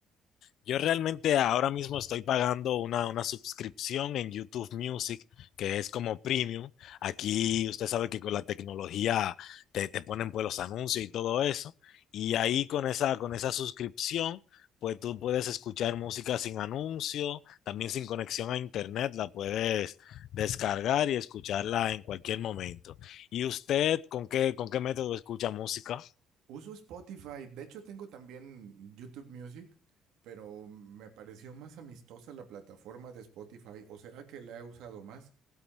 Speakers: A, on the left (about 65°); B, on the right (about 80°).
A: Yo realmente ahora mismo estoy pagando una, una suscripción en YouTube Music, que es como premium. Aquí usted sabe que con la tecnología te, te ponen pues los anuncios y todo eso. Y ahí con esa, con esa suscripción, pues tú puedes escuchar música sin anuncio, también sin conexión a internet, la puedes descargar y escucharla en cualquier momento. ¿Y usted con qué, con qué método escucha música?
B: Uso Spotify, de hecho tengo también YouTube Music, pero me pareció más amistosa la plataforma de Spotify, ¿o será que la he usado más?